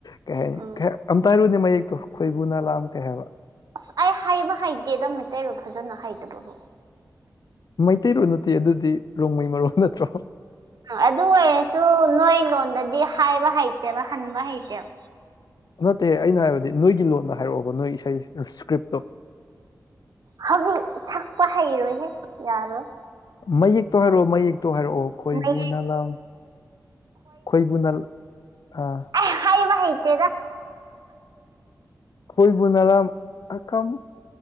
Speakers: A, on the left (about 70°); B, on the right (about 70°).
A: ꯀꯩ ꯍꯥꯏꯅꯤ
B: ꯎꯝ
A: ꯑꯝꯇ ꯍꯥꯏꯔꯨꯅꯦ ꯃꯌꯦꯛꯇꯣ ꯈꯣꯏꯕꯨꯅꯂꯥꯝ ꯀꯩ ꯍꯥꯏꯕ
B: ꯑꯁ ꯑꯩ ꯍꯥꯏꯕ ꯍꯩꯇꯦꯗ ꯃꯩꯇꯩꯔꯣ ꯐꯖꯅ ꯍꯩꯇꯕꯕꯨ
A: ꯃꯩꯇꯩꯔꯣꯟ ꯅꯨꯇꯤ ꯑꯗꯨꯗꯤ ꯔꯣꯡꯃꯩ ꯃꯔꯣꯟ ꯅꯠꯇ꯭ꯔꯣ
B: ꯑꯗꯨ ꯑꯣꯏꯔꯁꯨ ꯅꯣꯏ ꯂꯣꯟꯗꯗꯤ ꯍꯥꯏꯕ ꯍꯩꯇꯦꯕ ꯍꯟꯕ ꯍꯩꯇꯦꯕ
A: ꯅꯠꯇꯦ ꯑꯩꯅ ꯍꯥꯏꯕꯗꯤ ꯅꯣꯏꯒꯤ ꯂꯣꯟꯗ ꯍꯥꯏꯔꯛꯑꯣꯕ ꯅꯣꯏ ꯏꯁꯩ ꯏꯁꯀ꯭ꯔꯤꯞꯇꯣ
B: ꯍꯧꯖꯤꯛ ꯁꯛꯄ ꯍꯩꯔꯣꯏꯍꯦ ꯌꯥꯔꯣꯏ
A: ꯃꯌꯦꯛꯇꯣ ꯍꯥꯏꯔꯛꯑꯣ ꯃꯌꯦꯛꯇꯣ ꯍꯥꯏꯔꯛꯑꯣ ꯈꯣꯏꯕꯨ
B: ꯃꯩ
A: ꯅ ꯂꯝ ꯈꯣꯏꯕꯨ ꯅ ꯑꯥ
B: ꯑ ꯍꯩꯕ ꯍꯩꯇꯦꯗ
A: ꯈꯣꯏꯕꯨꯨ ꯅꯔꯝꯝ ꯑꯝ